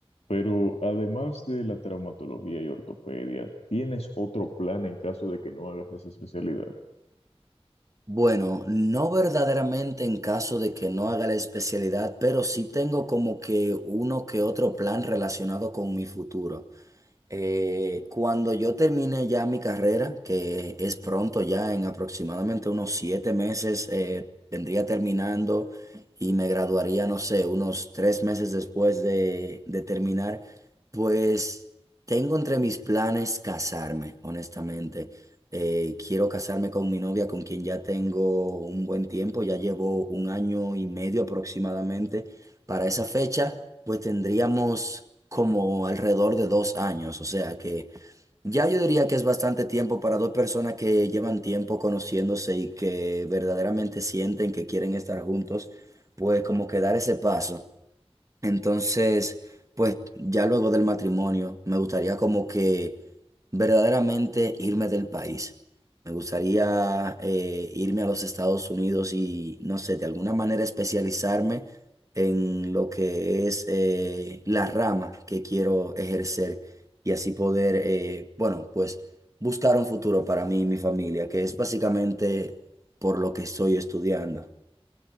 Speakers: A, on the left; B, on the right.
A: Pero además de la traumatología y ortopedia, ¿tienes otro plan en caso de que no hagas esa especialidad?
B: Bueno, no verdaderamente en caso de que no haga la especialidad, pero sí tengo como que uno que otro plan relacionado con mi futuro. Eh, cuando yo termine ya mi carrera, que es pronto ya, en aproximadamente unos siete meses, eh, vendría terminando y me graduaría, no sé, unos tres meses después de, de terminar, pues tengo entre mis planes casarme, honestamente. Eh, quiero casarme con mi novia, con quien ya tengo un buen tiempo, ya llevo un año y medio aproximadamente. Para esa fecha, pues tendríamos como alrededor de dos años, o sea que ya yo diría que es bastante tiempo para dos personas que llevan tiempo conociéndose y que verdaderamente sienten que quieren estar juntos, pues como que dar ese paso. Entonces, pues ya luego del matrimonio, me gustaría como que verdaderamente irme del país. Me gustaría eh, irme a los Estados Unidos y, no sé, de alguna manera especializarme en lo que es eh, la rama que quiero ejercer y así poder, eh, bueno, pues buscar un futuro para mí y mi familia, que es básicamente por lo que estoy estudiando.